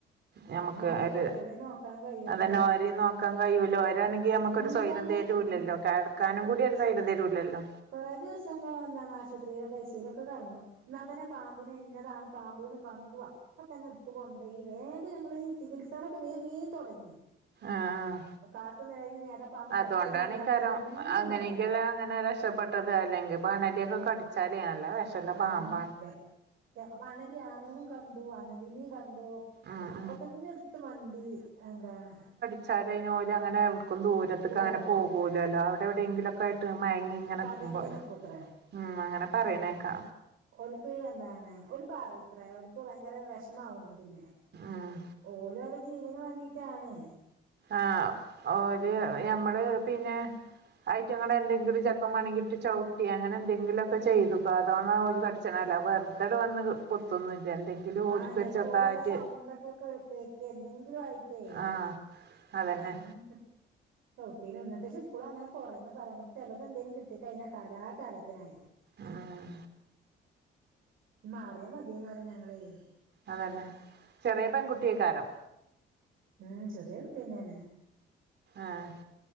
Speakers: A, on the right; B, on the right.
A: ഞമക്ക്
B: ആഹ് നമ്മുക്ക്
A: ഒരു
B: ഒറ്റളേം നോക്കാൻ കഴിയൂല
A: അതന്നെ ഒര് നോക്കാൻ കഴിയൂലോ ഒരാണെങ്കി നമ്മുക്കൊരു
B: ഇന്നിട്ട്
A: സ്വയ്രം
B: തന്നെ
A: തരൂ തരുല്ലല്ലോ
B: ആഹ്
A: കിടക്കാനും കൂടി ഒരു സൈരൃം തരുരല്ലോ?
B: കുറേ ദിവസം പോ എന്താണ് ആശുപത്രിയിലൊക്കെ ഐ സി ലൊക്കെ കടന്നു എന്നാൽ തന്നെ പാമ്പ ന്നെ ഇന്നതാണ് പാമ്പുന്ന് കണ്ടുവ അപ്പൊ തന്നെ എടുത്ത് കൊണ്ടയി ഈ വേഗം നമ്മള് ചികിത്സകളൊക്കെ വേ വേൻ തുടങ്ങി.
A: ആഹ്
B: കാത്തു നിഴഞ്ഞ് നേരെ പാമ്പ്
A: അതുകൊണ്ടാകാരം
B: കടിച്ചെന്നറിയാത്തതൊന്നും
A: അങ്ങനെങ്കല്ലാം
B: ഉണ്ടായില്ല
A: അങ്ങനെ രക്ഷപ്പെട്ട പെട്ടത് അല്ലെങ്കിൽ അണലിയൊക്കെ കടിച്ചാല് നല്ല വെഷള്ള
B: ആഹ്
A: പാമ്പാണ്
B: ആണലി അണുനും കണ്ടു അണലിന് കണ്ടു
A: ഉം
B: അപ്പൊ
A: ഉം
B: തന്നെ എടുത്ത് മണ്ടി എന്താണ്.
A: കടിച്ചാലയിന് ഓൽ അങ്ങനെ എവിടുക്കും ദൂരത്തേക്കെ
B: പോവൂലത്രേ
A: അങ്ങെ പോകുലല്ലോ അവിടെ എവിടെയങ്കിലൊക്കെ ആയി് മയങ്ങി ഇങ്ങനെക്കുമ്പോ
B: പതുങ്ങി നിക്കൂത്രേ
A: ഉ അങ്ങനെ പറയണേക്കാ
B: ഓല്ക്ക് എന്താണ് ഓൽ പറയുംത്ര ഒ ഓൽക്ക് ഭയങ്കര വിഷമാവും. പിന്നെ
A: ഉം
B: ഓല് ഓലെ ജീവന് വേണ്ടിട്ടാണ്
A: ആഹ ഓര് ഞമ്മള് പിന്നെ അയ്ട്ടങ്ങളെ എന്തെങ്കിലും ചെലപ്പം മാണെങ്കി ഇട്ട് ചവിട്ടി അങ്ങനെ എന്തെങ്കിലും ഒക്കെ ചെയ്തുക്കോ അതോ ണ്ടാവും ഓൽ കടി വെറുതെടെ വന്ന് കൊത്തൊന്നും ഇല്ല എന്തെങ്കിലും ഓര്ക്കൊരു
B: ആഹ ചിലപ്പോ
A: ചെറുതായിട്ട്
B: ഒല് ഓലെ സൗണ്ടൊക്കെ കേ കേക്ക എന്തെങ്കിലും ആയിട്ടേ
A: ആഹ് അതന്നെ
B: എങ്ങോട്ട് ചഷവട്ടിയി നിന്നിട്ട് പക്ഷെ ഇപ്പോളും അങ്ങനെ കുറേന്ന് പറയാമക്ക് ചില എന്തേലും കിട്ടി കഴിഞ്ഞൽ കാലാ കാലത്തിനായി.
A: ഉം
B: മാറിയാ മതിയേന്ന് പറയും ഞങ്ങള്യ
A: അതന്നെ ചെറിയ പെൺകുട്ടിയക്കാരം
B: ഉം ചറിയ കുട്ടിന്നേ ആണ്
A: ആഹ്